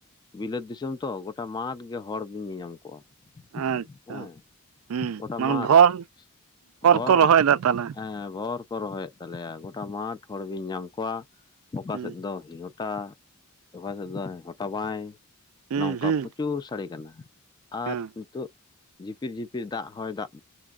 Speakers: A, on the left (about 20°); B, on the right (about 70°).
A: ᱵᱤᱞᱟᱹᱛ ᱫᱤᱥᱚᱢ ᱛᱚ, ᱜᱳᱴᱟ ᱢᱟᱴ ᱜᱮ ᱦᱚᱲ ᱵᱤᱱ ᱧᱮᱧᱟᱢ ᱠᱚᱣᱟ
B: ᱟᱪᱪᱷᱟ
A: ᱦᱮᱸ
B: ᱦᱩᱸ
A: ᱜᱚᱴᱟ
B: ᱢᱟᱱᱮ
A: ᱢᱟᱴᱷ
B: ᱵᱷᱚᱨ
A: ᱵᱷᱚᱨ
B: ᱠᱚ ᱨᱚᱦᱚᱭᱮᱫᱟ ᱛᱟᱦᱚᱞᱮ
A: ᱮ ᱵᱷᱚᱨ ᱠᱚ ᱨᱚᱦᱚᱭᱮᱫ ᱛᱟᱞᱮᱭᱟ ᱜᱚᱴᱟ ᱢᱟᱴᱷ ᱦᱚᱲ ᱵᱤᱱ ᱧᱟᱢ ᱠᱚᱣᱟ ᱚᱠᱟ
B: ᱦᱩᱸ
A: ᱥᱮᱫ ᱫᱚ ᱦᱤᱦᱩᱴ ᱴᱟ ᱚᱠᱟ ᱥᱮᱫ ᱫᱚ ᱦᱚᱴᱟ ᱵᱟᱭ
B: ᱦᱩᱸ
A: ᱱᱚᱝᱠᱟ
B: ᱦᱩᱸ
A: ᱯᱨᱚᱪᱩᱨ ᱥᱟᱹᱲᱮ ᱠᱟᱱᱟ᱾ ᱟᱨ
B: ᱦᱮᱸ
A: ᱱᱤᱛᱚᱜ ᱡᱷᱤᱯᱤᱨ ᱡᱷᱤᱯᱤᱨ ᱫᱟᱜ ᱦᱚᱭ ᱫᱟᱜ᱾ ᱫᱟ